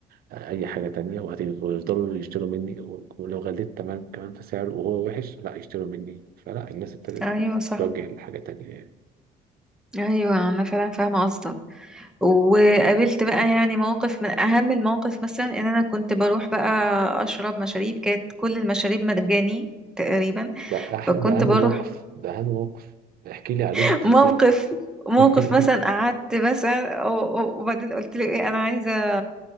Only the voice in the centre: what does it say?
ايوه صح
ايوه انا فعلا فاهمه قصدك وقابلت بقى يعني مواقف من اهم المواقف مثلا ان انا كنت بروح بقى اشرب مشاريب كانت كل المشاريب مجاني تقريبا
فكنت
بروح
<laughs>
موقف موقف
مثلا قعدت مثلا و- و- وبعدين قلت له ايه انا عايزه